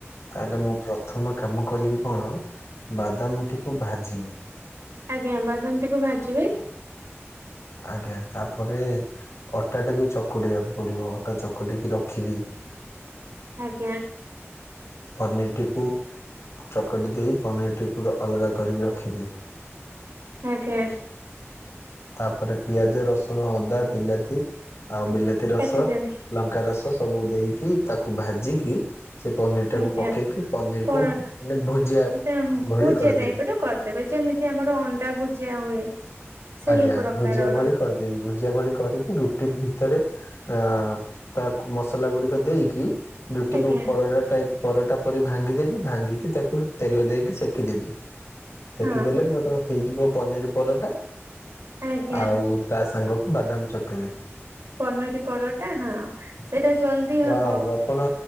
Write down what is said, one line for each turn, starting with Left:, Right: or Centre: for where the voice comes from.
Left: ତା, ହେଲେ ମୁଁ ପ୍ରଥମ କାମ କରିବି କଣ, ବାଦାମ ଟିକୁ ଭାଜିିବି।
Right: ଆଜ୍ଞା, ବାଦାମଟିକୁ ଭାଜିବେ
Left: ଆଜ୍ଞା, ତା'ପରେ ଅଟାଟାକୁ ଚକୁଡିବାକୁ ପଡିବ। ଅଟା ଚକଟିକି ରଖିବି।
Right: ଆଜ୍ଞା।
Left: ପନିର୍ ଟିକୁ ଚକଟି ଦେଇ ପନିର୍ ଟି ପୁରା ଅଲଗା କରିକି ରଖିବି।
Right: ଆଜ୍ଞା।
Left: ତା'ପରେ ପିଆଜ ରସୁଣ ଅଦା ବିଲାତି, ଆଉ ବିଲା ତି ରସ,
Right: କାଟିଦେବେ
Left: ଲଙ୍କା ରସ ସବୁ ଦେଇକି ତାକୁ ଭାଜିକି ସେ ପନିର ଟାକୁ
Right: ଆଜ୍ଞା,
Left: ପକେଇକି ପନିର
Right: କଣ
Left: କୁ ମାନେ
Right: ତେଁ,
Left: ଭୁଜିଆ ଭଳି
Right: ଭୁଜିଆ
Left: କରିଦେବି।
Right: ଟାଇପ୍ ର କର୍। ତେବେ ଯେମିତି ଆମର ଅଣ୍ଡା ଭୁଜିଆ ହୁଏ। ସେହି
Left: ଆଜ୍ଞା,
Right: ପ୍ରକାରର
Left: ଭୁଜିଆ ଭଳି କରିଦେବି। ଭୁଜିଆ ଭଳି କରିକି ରୁଟି ଭିତରେ ଆଁ, ତା ମସଲା ଗୁଡିକ ଦେଇକି, ରୁଟିକୁୁ
Right: ଆଜ୍ଞା
Left: ପରଟା ଟାଇପ୍ ପରଟା ପରି ଭାଙ୍ଗିଦେବି। ଭାଙ୍ଗିକି ତାକୁ ତେଲ ଦେଇକି ସେକିଦେବି। ସେଖି
Right: ହଁ
Left: ଦେଲେ ମୋର ହେଇଯିବ, ପନିର ପରଟା।
Right: ଆଜ୍ଞା
Left: ଆଉ, ତା ସାଙ୍ଗକୁ ବାଦାମ ଚଟୁଣୀ।
Right: ପନିରୀ ପରଟା ହଁ, ସେଇଟା ଜଲ୍ଦି ହବ।
Left: ଆଉ, ଆପଣ